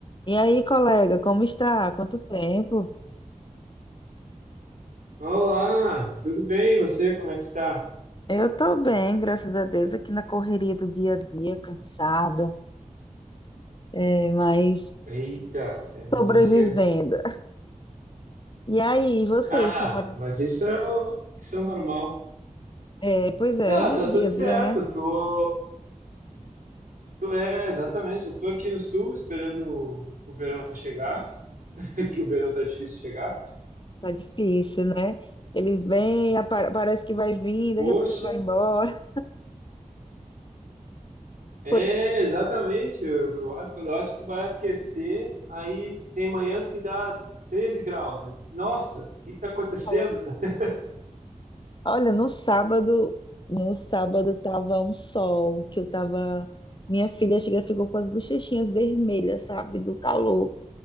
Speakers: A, on the left; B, on the right.
A: E aí, colega, como está? Quanto tempo?
B: Olá, tudo bem? E você, como é que está?
A: Eu estou bem, graças a Deus, aqui na correria do dia a dia, cansada, é, mas
B: Eita, eu imagino.
A: sobrevivendo. E aí, vocês
B: Ah,
A: estão morando?
B: mas isso é, o- isso é normal.
A: É, pois é,
B: Ah,
A: di-
B: tá tudo
A: dia
B: certo.
A: a dia, né?
B: Tô, tô- é, exatamente. Eu tô aqui no sul esperando o, o verão chegar, <laughs> que o verão tá difícil de chegar.
A: Tá difícil, né? Ele vem, apa- parece que vai vir, daqui
B: Poxa,
A: a pouco ele vai embora.
B: é,
A: <laughs> Pois
B: exatamente. Eu, eu acho, quando eu acho que vai aquecer, aí tem manhãs que dá 13 graus. Eu disse, Nossa, o que que tá acontecendo?
A: falou.
B: <laughs>
A: Olha, no sábado, no sábado tava um sol, que eu tava. Minha filha chega, ficou com as bochechinhas vermelhas, sabe? Do calor.